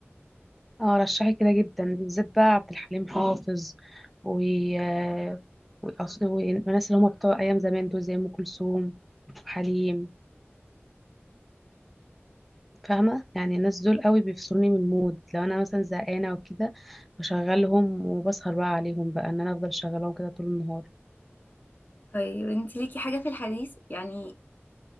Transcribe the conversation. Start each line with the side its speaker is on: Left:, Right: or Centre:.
Centre: اه رشحي كده جدا بالذات بقى عبد الحليم حافظ و آه، وأص- والناس اللي هم بتوع ايام زمان دول زي ام كلثوم وحليم فاهمة يعني الناس دول قوي بيفصلوني من المود لو انا مثلا زهقانة وكده بشغلهم وبسهر بقى عليهم بقى ان انا افضل شغلهم كده طول النهار
Left: طيب انت ليكي حاجة في الحديث يعني